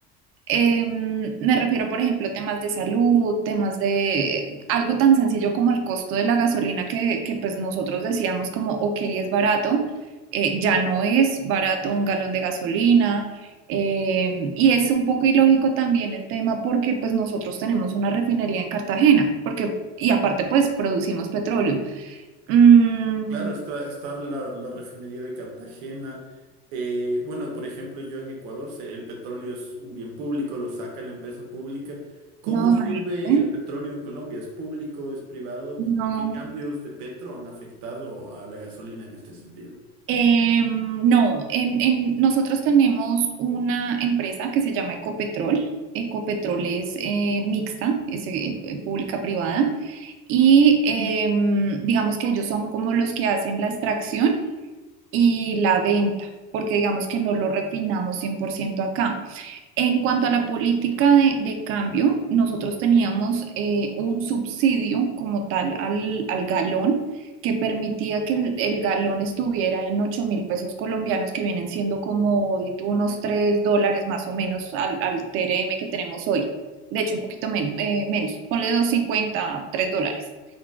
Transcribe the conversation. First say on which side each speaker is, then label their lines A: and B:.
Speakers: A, on the right; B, on the right.
A: Em, me refiero, por ejemplo, temas de salud, temas de algo tan sencillo como el costo de la gasolina que, que, pues nosotros decíamos como, ok, es barato, eh, ya no es barato un galón de gasolina. Em, y es un poco ilógico también el tema porque pues nosotros tenemos una refinería en Cartagena, porque, y aparte pues producimos petróleo. Mm,
B: Claro, está, está la, la refinería de Cartagena. Eh, bueno, por ejemplo, yo en Ecuador sé, el petróleo es un bien público, lo saca la empresa pública. ¿Cómo
A: no,
B: sirve
A: imagínate,
B: el petróleo en Colombia? ¿Es público, es privado?
A: no.
B: ¿Y qué cambios de Petro han afectado a la gasolina en este sentido?
A: Em, no, en, en- nosotros tenemos una empresa que se llama Ecopetrol. Ecopetrol es eh, mixta, es eh, eh, pública-privada, y em, digamos que ellos son como los que hacen la extracción y la venta, porque digamos que no lo refinamos 100% acá. En cuanto a la política de, de cambio, nosotros teníamos eh, un subsidio como tal al, al galón que permitía que el, el galón estuviera en ocho mil pesos colombianos, que vienen siendo como di tú, unos 3 dólares más o menos al, al TRM que tenemos hoy. De hecho, un poquito men- eh, menos, ponle doscientos cincuenta tres dólares.